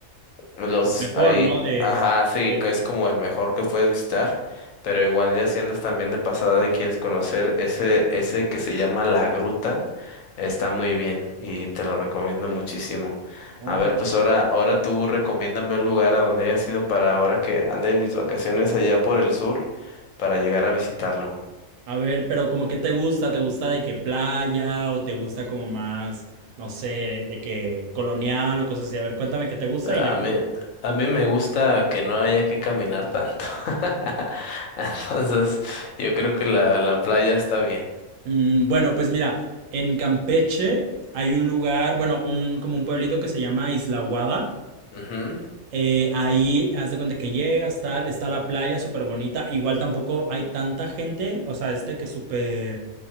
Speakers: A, on the left; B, on the right.
A: los
B: Mejor,
A: ahí,
B: ¿no? De,
A: ajá, sí,
B: de-
A: que es como el mejor que puedes visitar, pero igual ya si andas también de pasada y quieres conocer ese, ese que se llama La Gruta, está muy bien y te lo recomiendo muchísimo.
B: Ay,
A: A ver, pues
B: pues,
A: ahora, ahora tú recomiéndame un lugar a donde hayas ido para ahora que ande en mis vacaciones allá por el sur para llegar a visitarlo.
B: A ver, pero como que te gusta, ¿te gusta de que playa o te gusta como más, no sé, de que colonial o cosas así? A ver, cuéntame qué te gusta
A: A
B: y ya.
A: mí, a mí me gusta que no haya que caminar tanto. <laughs> Entonces, yo creo que la, la playa está bien.
B: Mm, bueno, pues mira, en Campeche hay un lugar, bueno, un como un pueblito que se llama Isla Guada.
A: Ujú.
B: Eh, ahí haz de cuenta que llegas, tal, está la playa súper bonita. Igual tampoco hay tanta gente, o sea, este que es súper,